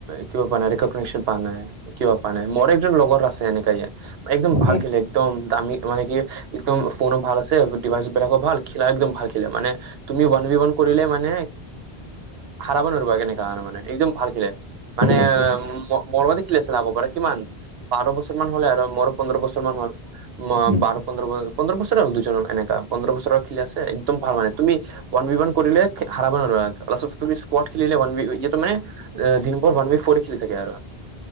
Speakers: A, on the right (about 75°); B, on the right (about 45°).
A: কি প নাইকশ্যন পোৱা নাই। কিবা প নাই মোৰ একজন লগৰ আছে এনেকাইে একদম ভাল
B: অ',
A: খেলে একদম দামী মানে কি। একদম ফোনো ভাল আছে ডিভাইচ বিলাকো ভাল খেলা একদম ভাল খেে মানে। তুমি বন বিবন কৰিলে মানে হাৰব নোৱাৰবা কেনেকাা মানে একদম ভাল খেলে। মানে
B: আচ্ছা
A: মৰম দেখিলেছিল লাব পাৰ কিমান। বাৰ বছৰ মান হ'লে আৰু মোৰ পোন্ধৰ বছৰ মান হ'ল। ম
B: উম,
A: বাৰ পোন্ধৰ ব পোন্ধৰ বছৰ আৰু দুজন এনেকা পোন্ধৰ বছৰ আৰু খেলি আছে। একদম ভাল মানে তুমি ওৱান বি কৰিলে হাৰাব নোৱাৰিবা খেলে ইটো মানে। এ, দিন পৰ ওৱান উইক ফ'ৰে খেলি থাকে আৰু।